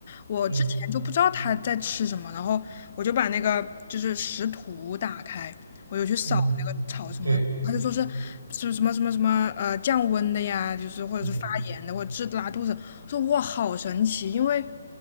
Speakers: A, on the left; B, on the right.
A: 我之前就不知道它在吃什么，
B: 嗯嗯
A: 然后我就把那个就是食谱打开，我就去扫那个草什么的他就说是什么什么什么什么呃降温的呀，
B: 嗯，嗯，对，
A: 就是或者是发炎的或者治拉肚子。
B: 嗯，
A: 我说哇，好神奇！因为